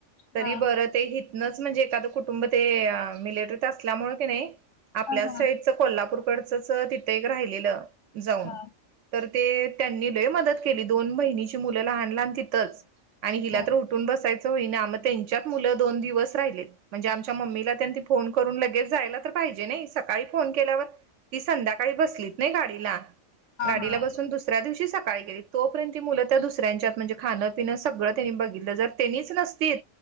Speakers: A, on the right (about 70°); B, on the left (about 70°).
A: तरी
B: हा
A: बरं ते हितलच म्हणजे एकादं कुटुंब ते अ मिलिटरीत असल्यामुळं किनई. आपल्याच
B: हा हा
A: साईडच कोल्हापूरकडचंच तितं एक राहिलेलं जाऊन
B: हा
A: तर ते त्यांनी लई मदत केली दोन बहिनीची मुलं लहान लहान तितच आणि हिला
B: हा
A: तर उट् टून बसायचं हुईना म तेंच्यात मुलं दोन दिवस राहिले. म्हणजे आमच्या मम्मीला त्यांती फोन करून लगेच जायला तर पाहिजे नई सकाळी फोन केल्यावर ती संध्याकाळी बसली नई गाडीला गाडीला
B: हा
A: बसून दुसऱ्या दिवशीच सकाळी गेली तोपरेंत ती मुलं त्या दुसऱ्यांच्यात म्हणजे खानपिनं सगळं तेंनी बघितलं जर तेनीच नसतीत.